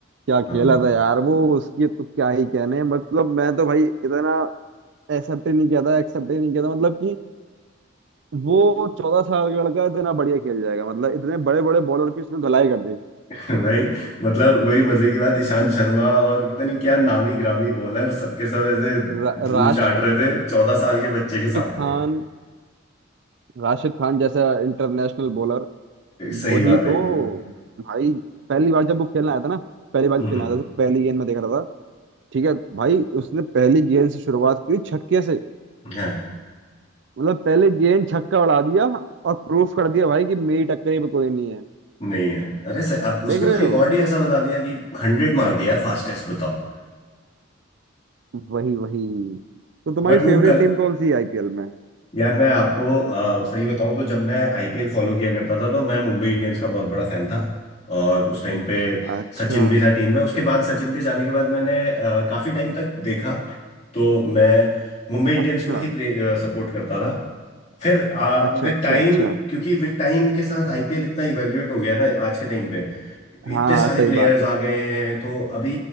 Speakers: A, on the right; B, on the left.
A: क्या खेला
B: हाँ
A: था यार वो उसकी तो क्या ही कहने मतलब मैं तो भाई इतना एक्सेप्ट ही नहीं किया था एक्सेप्ट ही नहीं किया था मतलब वो चौदह साल का लड़का इतना बढ़िया खेल जाएगा मतलब इतने बड़े बड़े बॉलर की उसने धुलाई कर दी
B: <laughs> भाई मतलब वही मजे की बात ईशांत शर्मा और पता नहीं क्या नामी ग्रामी बॉलर सबके सब ऐसे
A: रा,
B: धूल
A: राशिद
B: चाट रहे थे चौदह साल के बच्चे के सामने
A: खान राशिद खान जैसा इंटरनेशनल बॉलर
B: सही
A: वही
B: बात
A: तो
B: है एकदम
A: भाई पहली बार जब वो खेलने आया था ना पहली बार
B: हम्म,
A: जब
B: हम्म,
A: खेलने आया था तो पहली गेंद में देख रहा था ठीक है भाई उसने पहली गेंद से शुरुआत की छक्के से
B: हाँ
A: मतलब पहले गेंद छक्का उड़ा दिया और प्रूफ कर दिया भाई कि मेरी टक्करी में कोई नहीं है
B: नहीं है अरे सर अब
A: देख
B: उसने
A: रहे
B: तो रिकॉर्ड
A: हो
B: ही ऐसा बना दिया कि हंड्रेड मार दिया है फास्टेस्ट बताओ
A: वही वही तो तुम्हारी
B: बट
A: फेवरेट
B: वो कल
A: टीम कौन सी है आईपीएल में
B: यार मैं आपको अ, सही बताऊं तो जब मैं आईपीएल फॉलो किया करता था तो मैं मुंबई इंडियंस का बहुत बड़ा फैन था और उस टाइम पे
A: अच्छा
B: सचिन भी था टीम में उसके बाद सचिन के जाने के बाद मैंने अ, काफी टाइम तक देखा तो मैं मुंबई इंडियंस
A: अच्छा
B: को ही सपोर्ट करता था फिर
A: अच्छा
B: विद
A: अच्छा
B: टाइम
A: अच्छा
B: क्योंकि विद टाइम के साथ आईपीएल इतना इवेल्युएट हो गया ना आज के टाइम पे इतने
A: हाँ
B: सारे
A: सही
B: प्लेयर्स
A: बात
B: आ
A: है
B: गए हैं तो अभी